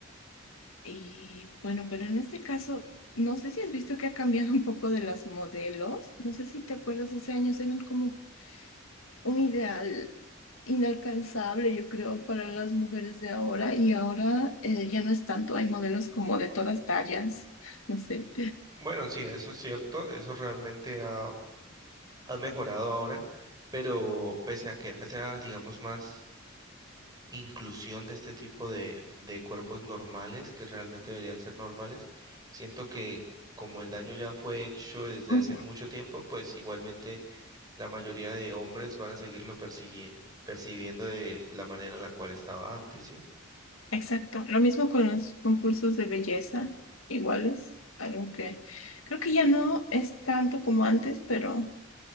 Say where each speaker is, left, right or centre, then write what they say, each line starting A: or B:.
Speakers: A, on the left; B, on the right.
A: Y bueno, pero en este caso, no sé si has visto que ha cambiado un poco de las modelos. No sé si te acuerdas, hace años eran como un ideal inalcanzable, yo creo, para las mujeres de ahora. Y ahora eh, ya no es tanto, hay modelos como de todas tallas, <laughs> no sé.
B: Bueno, sí, eso es cierto, eso realmente ha, ha mejorado ahora, pero pese a que haya, digamos, más inclusión de este tipo de, de cuerpos normales que realmente deberían ser normales. Siento que como el daño ya fue hecho desde
A: Ujú.
B: hace mucho tiempo, pues igualmente la mayoría de hombres van a seguirlo persigui- percibiendo de la manera en la cual estaba antes, ¿sí?
A: Exacto. Lo mismo con los concursos de belleza, iguales, aunque creo que ya no es tanto como antes, pero...